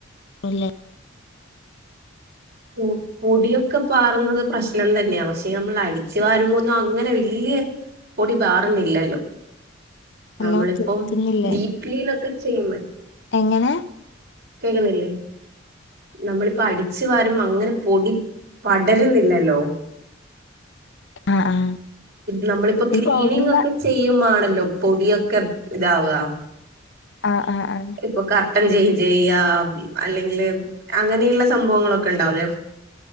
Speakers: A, on the left; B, on the right.
A: അല്ലേ
B: ഉം പൊടിയൊക്കെ പാറുന്നത് പ്രശ്നം തന്നെയാ പക്ഷേ നമ്മൾ അടിച്ചു വരുമ്പോന്നും അങ്ങനെ വെല്ല്യെ പൊടി പാറുന്നില്ലല്ലോ
A: ഹലോ
B: നമ്മളിപ്പം
A: കേൾക്കുന്നില്ലേ
B: വീ ക്ലീനൊക്കെ ചെയ്യുമ്പയെ
A: എങ്ങനെ
B: കേക്ക്ന്നില്ലേ നമ്മളിപ്പോ അടിച്ചു വാരുമ്പൊ അങ്ങനെ പൊടി പടരുന്നില്ലല്ലോ
A: ആഹ് ആഹ്
B: നമ്മളിപ്പോ
A: ഈ
B: ക്ലീനിങ്
A: പൗഡറിന്റെ
B: ഒക്കെ ചെയ്യുംമാണല്ലോ പൊടിയൊക്കെ ഇതാവ
A: ആ ആ ആഹ്
B: ഇപ്പൊ കർട്ടൻ ചെയ്ഞ്ചെയ്യ അല്ലെങ്കില് അങ്ങനെയുള്ള സംഭവങ്ങളൊക്കെ ഇണ്ടാവുലെ